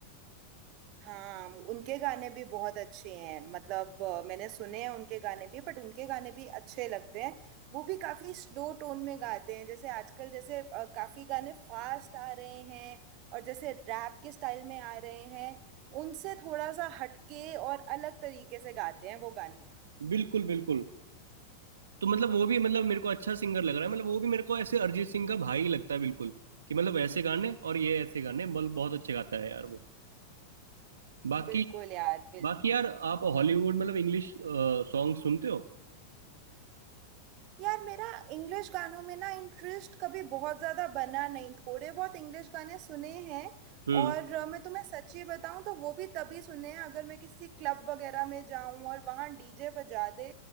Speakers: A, on the right (about 40°); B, on the right (about 70°).
A: हाँ उनके गाने भी बहुत अच्छे हैं मतलब अ, मैंने सुने हैं उनके गाने भी बट उनके गाने भी अच्छे लगते हैं वो भी काफी स्लो टोन में गाते हैं जैसे आजकल जैसे अ, काफी गाने फास्ट आ रहे हैं और जैसे रैप के स्टाइल में आ रहे हैं उनसे थोड़ा सा हटके और अलग तरीके से गाते हैं वो गाने
B: बिल्कुल बिल्कुल तो मतलब वो भी मतलब मेरे को अच्छा सिंगर लग रहा है मतलब वो भी मेरे को ऐसे अरिजीत सिंह का भाई लगता है बिल्कुल कि मतलब ऐसे गाने और ये ऐसे गाने मतलब बहुत अच्छे गाता है यार वो बाकी
A: बिल्कुल यार बिल्कुल
B: बाकी यार आप हॉलीवुड मतलब इंग्लिश सॉन्ग सुनते हो
A: यार मेरा इंग्लिश गानों में ना इंटरेस्ट कभी बहुत ज्यादा बना नहीं थोड़े बहुत इंग्लिश गाने सुने हैं
B: हम्म
A: और अ, मैं तुम्हें सच्ची बताऊं तो वो भी तभी सुने हैं अगर मैं किसी क्लब वगैरह में जाऊं और वहां डीजे बजा दे